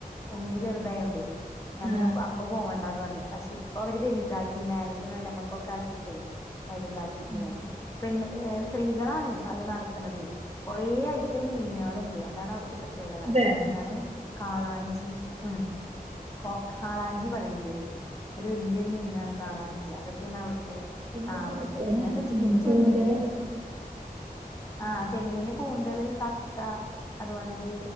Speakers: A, on the left; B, on the right.
A: ഉണ്ണി ചെറുതായോണ്ട് ഞാൻ
B: ആ
A: പിന്നെ അപ്പ പോവണ്ടാന്ന് പറഞ്ഞഞ് പക്ഷെ ഇ ഇപ്പൊ അവര് വലുതാക്കി മേലത്ത നിലമക്ക ഒക്കെ ആക്കിയിട്ടേ വലുതാക്കി <unintelligible>
B: ആ
A: പെണ്ണ് ഏഹ് സ്ത്രീകളാണ് അത് നടത്ണന്നത് കൊറെ ഐറ്റം മീനുകളുണ്ട് അതാണ് അവിടുത്തെ പ്രത്യേകത
B: അതെ
A: എന്താണ് കാളാഞ്ചി ഉം കൊ കാളാഞ്ചി പറയുല്ലേ ഒരു വല്ല്യോരു മീനാണ് കാളാഞ്ചി അതൊക്കെയാണ് അവിടുത്തെ
B: പിന്നെണ്ടല്ലോ
A: ആഹ് പ്രത്യേക
B: ചേന
A: പിന്നെ എന്താ വച്ച
B: ഉം
A: പിന്നെ
B: കൂന്തല്
A: ചെമ്മീന് ആഹ്
B: ഉം
A: ചെമ്മീന് കൂന്തള് കക്ക അതുമാതിരി